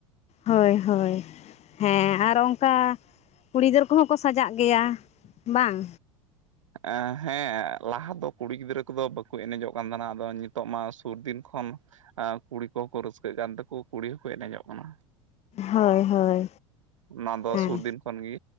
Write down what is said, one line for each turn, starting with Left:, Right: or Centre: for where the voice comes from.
Left: ᱦᱳᱭ ᱦᱳᱭ ᱦᱮᱸ ᱟᱨ ᱚᱝᱠᱟ ᱠᱩᱲᱤ ᱜᱤᱫᱟᱹᱨ ᱠᱚᱦᱚᱸ ᱠᱚ ᱥᱟᱡᱟᱜ ᱜᱮᱭᱟ ᱵᱟᱝ?
Right: ᱮ ᱦᱮᱸ ᱞᱟᱦᱟ ᱫᱚ ᱠᱩᱲᱤ ᱜᱤᱫᱽᱨᱟᱹ ᱠᱚᱫᱚ ᱵᱟᱹᱠᱩ ᱮᱱᱮᱡᱚᱜ ᱠᱟᱱ ᱛᱟᱦᱮᱱᱟ, ᱟᱫᱚ ᱱᱤᱛᱚᱜ ᱢᱟ ᱥᱩᱨ ᱫᱤᱱ ᱠᱷᱚᱱ ᱟ ᱠᱩᱲᱤ ᱠᱚᱦᱚᱸ ᱠᱚ ᱨᱟᱹᱥᱠᱟᱹᱜ ᱠᱟᱱ ᱛᱮᱠᱚ ᱠᱩᱲᱤ ᱦᱚᱸᱠᱚ ᱮᱱᱮᱡᱚᱜ ᱠᱟᱱᱟ᱾
Left: ᱦᱳᱭ ᱦᱳᱭ
Right: ᱚᱱᱟ ᱫᱚ
Left: ᱦᱮᱸ
Right: ᱥᱩᱨ ᱫᱤᱱ ᱠᱷᱚᱱ ᱜᱮ